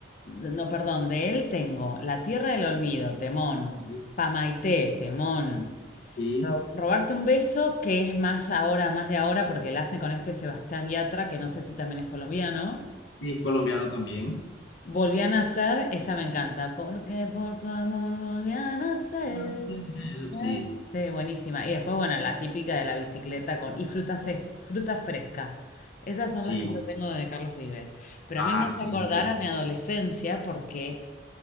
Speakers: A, on the left; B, on the left.
A: no, perdón, de él tengo La Tierra del Olvido, temón,
B: Sí,
A: Pamaité, temón,
B: sí,
A: Ro- Robarte un beso, que es más ahora, más de ahora, porque la hace con este Sebastián Yatra, que no sé si también es colombiano.
B: sí, es colombiano también.
A: Volví a nacer, esa me encanta. Porque por tu amor volví a nacer.
B: Mm,
A: Ah,
B: Sí,
A: Sí, buenísima. Y después, bueno, la típica de la bicicleta con... Y fruta, se- fruta fresca. Esas son
B: sí.
A: las que yo tengo de Carlos Vives. Pero
B: Ah,
A: a mí me hace
B: sí.
A: acordar
B: pero-
A: a mi adolescencia porque,